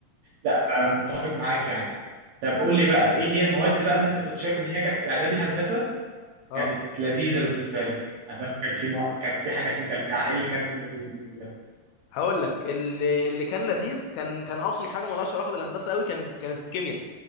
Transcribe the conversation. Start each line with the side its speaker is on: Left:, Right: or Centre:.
Right: لا فمتفق معاك يعني طب قول
Left: طب
Right: لي
Left: انت
Right: بقى ايه هي المواد بقى اللي انت كنت شايف ان هي كانت في اعدادي هندسه
Left: اه
Right: كانت لذيذه بالنسبه لك ادام كانت في مو... كانت في حاجات مكلكعه ايه اللي كانت لذيذه بالنسبه لك
Left: هقول لك اللي اللي كان لذيذ كان كان اصلا حاجه مالهاش علاقه بالهندسه قوي كانت كانت الكيمياء